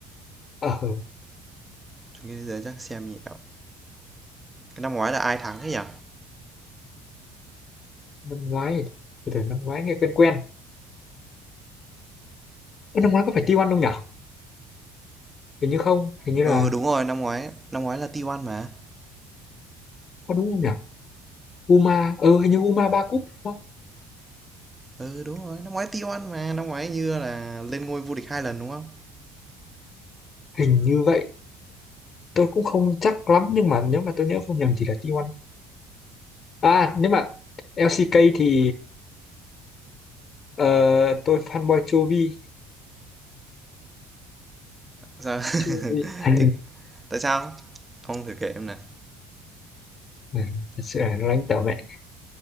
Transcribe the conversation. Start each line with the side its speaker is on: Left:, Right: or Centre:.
Left: ờ ừ,
Right: Chung kết thế giới chắc xem nhiều. Cái năm ngoái là ai thắng thế nhỉ?
Left: năm ngoái thì- từ từ năm ngoái nghe quen quen Ơ, năm ngoái có phải T1 không nhỉ hình như không hình như
Right: Ừ
Left: là
Right: đúng rồi, năm ngoái năm ngoái là T1 mà.
Left: có đúng không nhỉ Uma ừ hình như Uma ba cúp đúng không
Right: Ừ đúng rồi, năm ngoái T1 mà, năm ngoái như là lên ngôi vô địch hai lần đúng không?
Left: hình như vậy tôi cũng không chắc lắm nhưng mà nếu mà tôi nhớ không nhầm thì là T1 à nếu mà LCK thì ờ, tôi fanboy Chovy
Right: Sao?
Left: Chovy
Right: <laughs>
Left: à,
Right: thì tại sao? Ông thử kể em này.
Left: này, thật sự là nó đánh tở mẹ